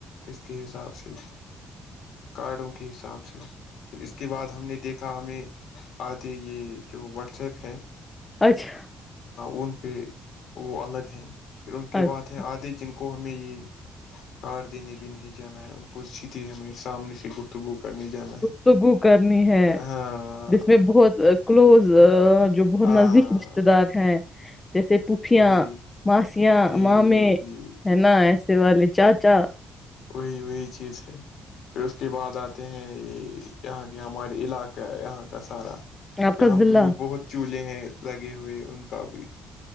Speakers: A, on the left (about 75°); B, on the left (about 20°).
A: اس کے حساب سے کارڈوں کے حساب سے پھر اس کے بعد ہم نے دیکھا ہمیں آتے یہ جو واٹسیپ ہے
B: اچھا
A: ان پہ وہ الگ ہیں پھر ان کے
B: اچھا
A: بعد ہے آدھے جن کو ہمیں یہ کارڈ دینے بھی نہیں جانا ہے ان کو سیدھے ہمیں سامنے سے گو تگو کرنے جانا ہے
B: گفتگو کرنی ہے
A: ہاں
B: جس میں بہت کلوز جو بہت
A: ہاں
B: نزدیک رشتے دار ہیں جیسے پوفیاں
A: وہی
B: ماسی یا
A: جی
B: ماں میں
A: جی
B: ہے نا ایسے والے چاچا
A: وہی وہی چیز ہے پھر اس کے بعد آتے ہیں یہ یہاں کے ہمارے علاقہ یہاں کا سارا
B: آپ کا
A: یہاں
B: ضلع
A: پہ بھی بہت چولہے ہیں لگے ہوئے ان کا بھی